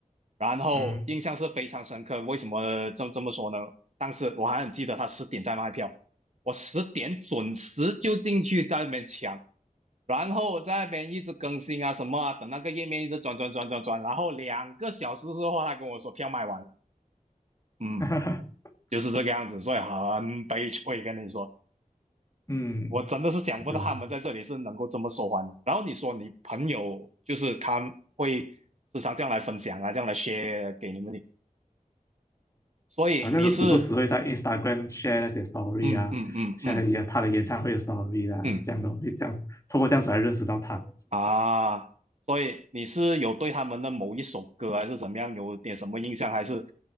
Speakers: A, on the right; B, on the left.
A: 然后印象是非常深刻。
B: 嗯，
A: 为什么这这么说呢？当时我还很记得他十点在卖票，我十点准时就进去在那边抢，然后在那边一直更新啊什么啊，等那个页面一直转转转转转，然后两个小时之后他跟我说票卖完了，嗯，
B: <laughs>
A: 就是这个样子，所以很悲催，跟你说。
B: 嗯，
A: 我真的是想不到他们在这里是能够这么受欢迎。
B: 有啊，
A: 然后你说你朋友就是他会时常这样来分享啊，这样来 share 给你们的，所以你是
B: 好像就时不时会在 Instagram share 那些 story
A: 嗯嗯嗯嗯
B: 啊，share 一下他的演唱会的 story 啊，
A: 嗯
B: 这样的会这样透过这样子来认识到他，
A: 啊，所以你是有对他们的某一首歌还是怎么样有点什么印象，还是